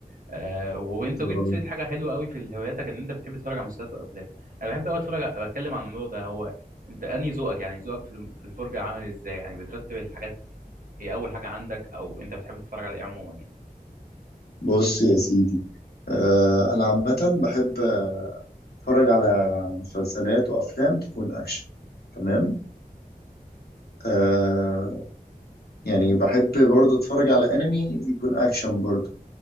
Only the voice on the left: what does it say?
آه،
بص يا سيدي آه، انا عامه بحب اتفرج على مسلسلات وافلام تكون اكشن تمام آه، يعني بحب برضه اتفرج على انمي يكون اكشن برضه